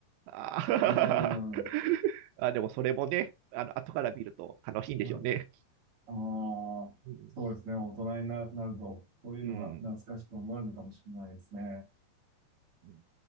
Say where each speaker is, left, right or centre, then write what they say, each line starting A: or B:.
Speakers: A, on the right; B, on the right.
A: あー
B: うん。
A: <laughs>
B: は
A: あ、でもそれもね、あの、後から見ると楽しいんでしょうね。
B: いああ、
A: うん。
B: そうですね。大人にな、なると、そういうのが懐かしく思えるのかもしれないですね。
A: うん。うん